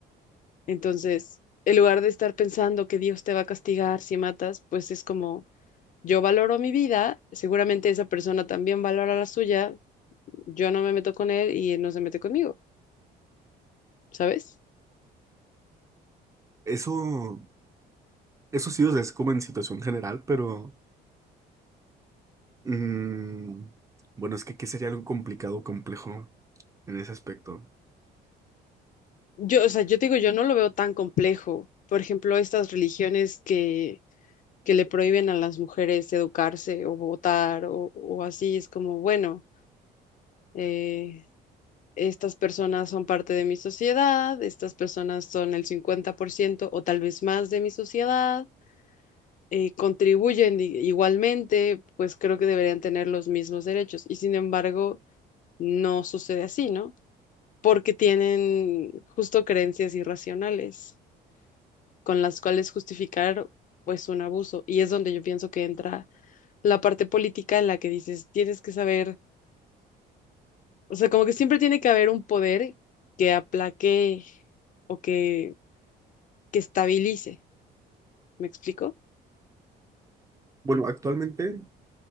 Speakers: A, on the left; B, on the right.
A: Entonces, en lugar de estar pensando que Dios te va a castigar si matas, pues es como yo valoro mi vida, seguramente esa persona también valora la suya, yo no me meto con él y él no se mete conmigo, ¿sabes?
B: Eso, eso sí, o sea, es como en situación general, pero... Mm, bueno, es que ¿qué sería algo complicado o complejo en ese aspecto?
A: Yo, o sea, yo te digo, yo no lo veo tan complejo. Por ejemplo, estas religiones que, que le prohíben a las mujeres educarse o votar o, o así, es como, bueno, eh, estas personas son parte de mi sociedad, estas personas son el 50% o tal vez más de mi sociedad, eh, contribuyen igualmente, pues creo que deberían tener los mismos derechos. Y sin embargo, no sucede así, ¿no? Porque tienen justo creencias irracionales con las cuales justificar pues un abuso. Y es donde yo pienso que entra la parte política en la que dices, tienes que saber, o sea, como que siempre tiene que haber un poder que aplaque o que que estabilice. ¿Me explico?
B: Bueno, actualmente